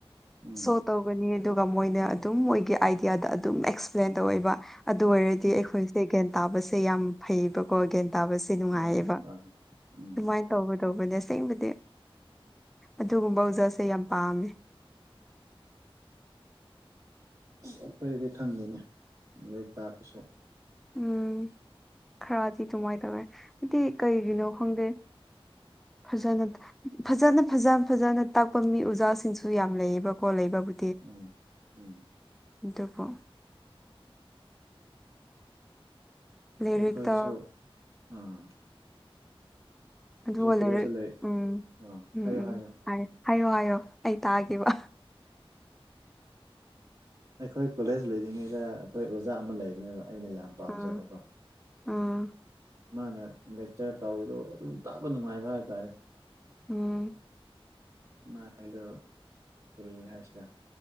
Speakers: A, on the right (about 35°); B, in the centre.
A: ꯎꯝ
B: ꯁꯣ ꯇꯧꯒꯅꯤ ꯑꯗꯨꯒ ꯃꯣꯏꯅ ꯑꯗꯨꯝ ꯃꯣꯏꯒꯤ ꯑꯥꯏꯗꯤꯌꯥꯗ ꯑꯗꯨꯝ ꯑꯦꯛꯁꯄ꯭ꯂꯦꯟ ꯇꯧꯋꯦꯕ ꯑꯗꯨ ꯑꯣꯏꯔꯗꯤ
A: ꯎꯝ
B: ꯑꯩꯈꯣꯏꯁꯦ ꯒ꯭ꯌꯥꯟ ꯇꯥꯕꯁꯦ ꯌꯥꯝ ꯐꯩꯌꯦꯕꯀꯣ ꯒ꯭ꯌꯥꯟ ꯇꯥꯕꯁꯦ ꯅꯨꯡꯉꯥꯏꯌꯦꯕ
A: ꯌꯥꯝ ꯐꯔꯦ ꯎꯝ
B: ꯑꯗꯨꯃꯥꯏ ꯇꯧꯕꯗꯧꯕꯅꯦ ꯑꯁꯦꯡꯕꯗꯤ ꯑꯗꯨꯒꯨꯝꯕ ꯑꯣꯖꯥꯁꯦ ꯌꯥꯝ ꯄꯥꯝꯃꯦ
A: ꯑꯩꯈꯣꯏꯗꯗꯤ ꯈꯪꯗꯦꯅꯦ ꯂꯦꯛ ꯇꯥꯛꯄꯁꯦ
B: ꯎꯝ ꯈꯔꯗꯤ ꯑꯗꯨꯃꯥꯏ ꯇꯧꯋꯦ ꯍꯥꯏꯗꯤ ꯀꯩꯒꯤꯅꯣ
A: ꯎꯝ
B: ꯈꯪꯗꯦ ꯐꯖꯅ ꯐꯖꯅ ꯐꯖ ꯐꯖꯅ ꯇꯥꯛꯄ ꯃꯤ ꯎꯖꯥꯁꯤꯡꯁꯨ ꯌꯥꯝ ꯂꯩꯌꯦꯕꯀꯣ ꯂꯩꯕꯕꯨ
A: ꯎꯝ ꯎꯝ
B: ꯑꯗꯨꯕꯨ ꯂꯥꯏꯔꯤꯛꯇ
A: ꯑꯩꯈꯣꯏꯁꯨ ꯑꯥ
B: ꯑꯗꯨꯒ
A: ꯀꯣꯂꯦꯖꯇ
B: ꯂꯩꯔꯤꯛ
A: ꯂꯩ
B: ꯎꯝ
A: ꯑꯥ
B: ꯎꯝ
A: ꯍꯥꯏꯌꯣ
B: ꯎꯝ
A: ꯍꯥꯏꯌꯣ
B: ꯍꯥꯏ ꯍꯥꯏꯌꯣ ꯍꯥꯏꯌꯣ ꯑꯩ ꯇꯥꯒꯦꯕ
A: ꯑꯩꯈꯣꯏ ꯀꯣꯂꯦꯖ ꯂꯩꯔꯤꯉꯩꯗ ꯑꯈꯣꯏ ꯑꯣꯖꯥ ꯑꯃ ꯂꯩꯕꯅꯦꯕ ꯑꯩꯅ ꯌꯥꯝ ꯄꯥꯝꯖꯕꯀꯣ
B: ꯑꯥ ꯑꯥ
A: ꯃꯥꯅ ꯂꯦꯛꯆꯔ ꯇꯧꯕꯗꯣ ꯑꯗꯨꯝ ꯇꯥꯕ ꯅꯨꯡꯉꯥꯏꯕ ꯍꯥꯏꯕ ꯇꯥꯔꯦ
B: ꯎꯝ
A: ꯃꯥꯏꯒꯤꯗꯣ ꯀꯔꯤ ꯍꯥꯏꯁꯤꯔ